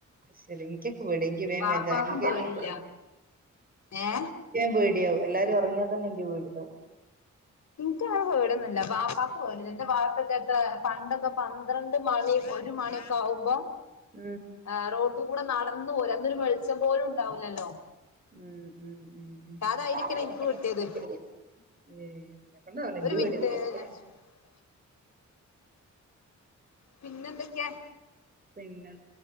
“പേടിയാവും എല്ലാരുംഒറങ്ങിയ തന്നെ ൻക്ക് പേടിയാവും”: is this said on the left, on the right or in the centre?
Right